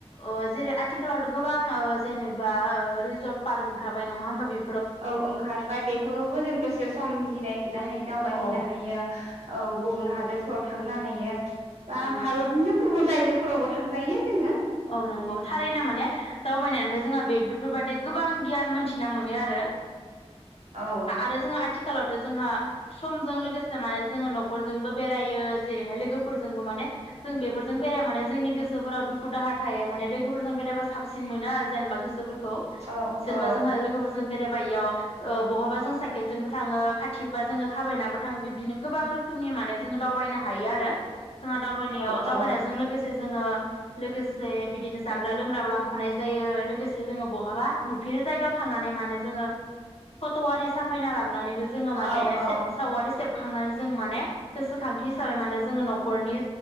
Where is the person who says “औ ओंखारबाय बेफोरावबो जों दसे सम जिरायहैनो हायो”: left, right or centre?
Right